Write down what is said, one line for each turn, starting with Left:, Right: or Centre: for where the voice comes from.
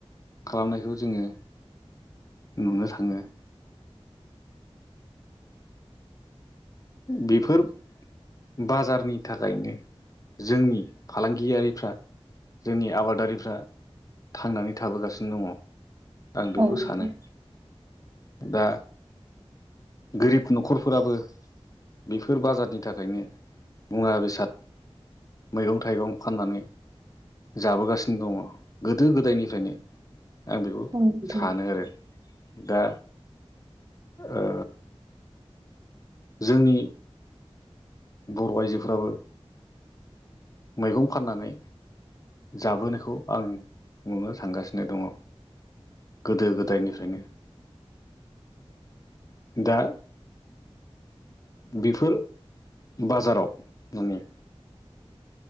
Left: खालामनायखौ जोङो नुनो थाङो। बेफोरफ बाजारनि थाखायनो जोंनि फालांगियारिफ्रा जोंनि आबादारिफ्रा थांनानै थाबोगासिनो दङ। आं
Right: औ
Left: बेखौ
Right: नोंथां
Left: सानो दा गोरिब न'खरफोराबो बेफोर बाजारनि थाखायनो मुवा बेसाद मैगं थाइगं फाननानै जाबोगासिनो दङ गोदो गोदायनिफ्रायनो आं बेखौ
Right: औ नोंथां औ नोंथां औ नोंथां
Left: सानो
Right: औ
Left: आरो दा ओ जोंनि बर' आइजोफोराबो मैगं फाननानै जाबोनायखौ आं नुनो थांगासिनो दङ। गोदो गोदायनिफ्रायनो। दा। बिफोर बाजाराव माने